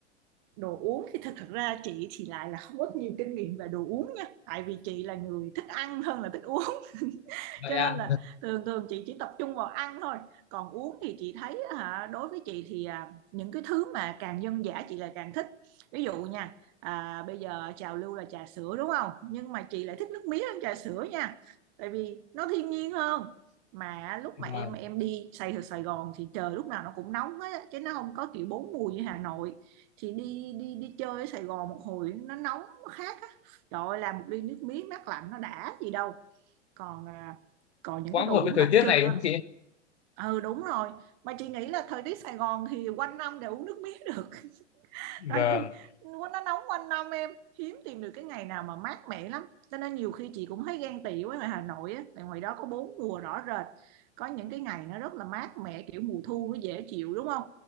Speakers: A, on the right (about 40°); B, on the left (about 65°).
A: đồ uống thì thật thật ra chị thì lại là không có nhiều kinh nghiệm về đồ uống nha tại vì chị là người thích ăn hơn là thích uống
B: vậy
A: cho
B: ạ
A: nên là thường thường chị chỉ tập trung vào ăn thôi còn uống thì chị thấy hả đối với chị thì à, những cái thứ mà càng dân dã chị lại càng thích ví dụ nha à, bây giờ trào lưu là trà sữa đúng không nhưng mà chị lại thích nước mía hơn trà sữa nha tại vì nó thiên nhiên hơn mà lúc mà
B: vâng
A: em em đi Sài ở Sài Gòn thì trời lúc nào nó cũng nóng hết á, chứ nó không có kiểu bốn mùa như Hà Nội thì đi đi đi chơi ở Sài Gòn một hồi nó nóng nó khác á trời ơi làm một ly nước miếng mát lạnh nó đã gì đâu còn à, còn những
B: quá
A: cái
B: hợp
A: đồ uống
B: với thời
A: đặc
B: tiết
A: trưng
B: này đúng
A: á
B: không chị
A: ừ đúng rồi mà chị nghĩ là thời tiết Sài Gòn thì quanh năm để uống nước mía được <laughs>
B: vâng
A: tại vì nó nóng quanh năm em hiếm tìm được cái ngày nào mà mát mẻ lắm cho nên nhiều khi chị cũng thấy ghen tị với ngoài Hà Nội á tại ngoài đó có bốn mùa rõ rệt có những cái ngày nó rất là mát mẻ kiểu mùa thu nó dễ chịu đúng không